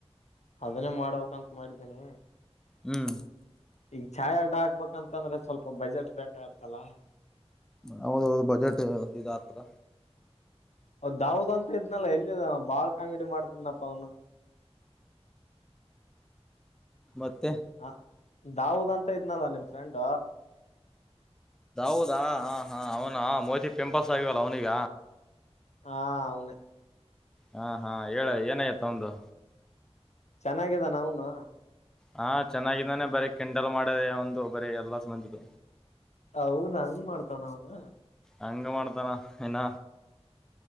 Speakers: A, on the left (about 85°); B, in the centre.
A: ಅದನ್ನೇ ಮಾಡ್ಬೇಕಂತ ಮಾಡಿದ್ದೀನಿ
B: ಹ್ಮ್
A: ಈಗ ಚಾಯ್ ಅಡ್ಡ ಹಾಕ್ಬೇಕಂತಂದ್ರೆ ಸ್ವಲ್ಪ ಬಜೆಟ್ ಬೇಕಾಗತ್ತಲ್ಲಾ
B: ಹೌದೌದು ಬಜೆಟ್ ಇದ ಆತದ
A: ಅವದ ದಾವದ್ ಅಂತ ಇದ್ನಲ್ಲ ಎಲ್ಲಿ ಬಾಳ ಕಾಮಿಡಿ ಮಾಡ್ತನಪ್ಪಾ ಅವ್ನು
B: ಮತ್ತೆ
A: ಹ ದಾಾವದಂತ ಇದ್ನಲ್ಲ ನಿಮ್ ಫ್ರೆಂಡ್
B: ೌದಾ ಹ ಹಾ ಅವನಾ ಮೋತಿ ಪೆಂಪಲ್ಸ್ ಆಗ್ಯವಲ್ಲ ಅವನಿಗ
A: ಹ ಹೌನ
B: ಹಾ ಹಾ ಹೇಳ ಏನಯ್ತ ಒಂದು
A: ಚೆನ್ನಾಗಿದಾನ ಅವನು
B: ಹಾ ಚೆನ್ನಾಗಿದಾನೆ ಬರೀ ಕೆಂಡಲ್ ಮಾಡ ಒಂದು ಬರೀ ಎಲ್ಲ ಮಜು
A: ಅವದ ಹಂಗ್ ಮಾಡ್ತಾವ್ ನಾವನ
B: ಹಂಗ ಮಾಡ್ತಾನ ಇನ್ನ